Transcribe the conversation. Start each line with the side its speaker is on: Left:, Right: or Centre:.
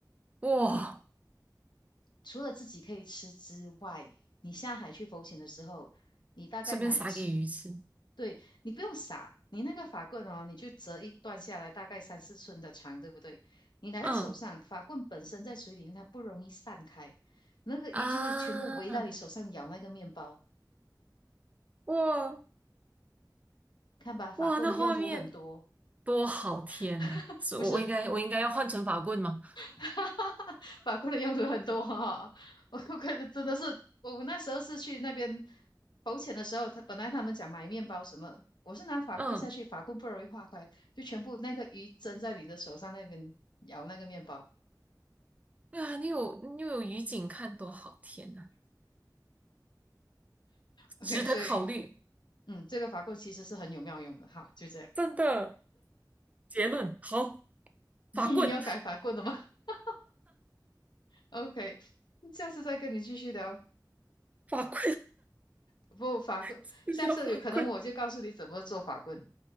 Right: 哇！
Left: 除了自己可以吃之外，你下海去浮潜的时候，你大概拿一车
Right: 顺便撒给鱼吃，
Left: 对，你不用撒，你那个法棍哦，你就折一段下来，大概三四寸的长，对不对？你拿在手上，
Right: 嗯
Left: 法棍本身在水里面它不容易散开，那个鱼就会全部围到你手上咬那个面包。
Right: 啊，哇
Left: 看吧，法棍的用途很多，
Right: 哇，那画面多好！天呐，
Left: <laughs>
Right: 是我我应该我应该要换成法棍吗？
Left: 不是？<laughs> 法棍的用途很多哈、<laughs> 我我可真的是，我那时候是去那边浮潜的时候，他本来他们讲买面包什么，我是拿法棍下去，
Right: 嗯，
Left: 法棍不容易化开，就全部那个鱼蒸在你的手上那边咬那个面包。
Right: 对啊，你有你又有鱼景看，多好！天呐。
Left: OK，
Right: 值得考虑。
Left: 所以嗯，这个法棍其实是很有妙用的。好，就这样，
Right: 真的，结论好，
Left: <laughs> 你要改法棍了吗
Right: 法棍，
Left: <laughs>？OK，下次再跟你继续聊。
Right: <laughs> 法棍，
Left: 不，法棍，
Right: <laughs> 医疗法棍。
Left: 下次有可能我就告诉你怎么做法棍。